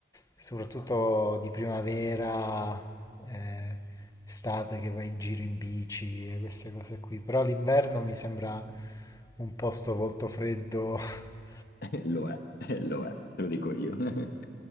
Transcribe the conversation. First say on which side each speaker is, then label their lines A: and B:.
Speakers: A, on the left; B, on the left.
A: soprattutto di primavera, eh, estate che vai in giro in bici e queste cose qui, però l'inverno mi sembra un posto molto freddo <laughs>
B: <laughs> Eh, Lo è, <laughs> eh, lo è, te lo dico io. <laughs>